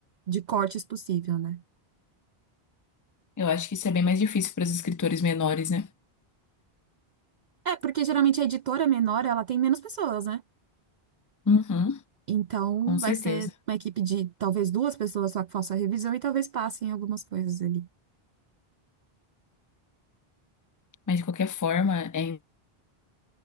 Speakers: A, on the right; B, on the left.
A: de cortes possível, né?
B: Eu acho que isso é bem mais difícil para os escritores menores, né?
A: É, porque geralmente a editora menor, ela tem menos pessoas, né?
B: Uhum,
A: Então
B: com certeza.
A: vai ser uma equipe de talvez duas pessoas só que faça a revisão e talvez passem algumas coisas ali.
B: Mas de qualquer forma, é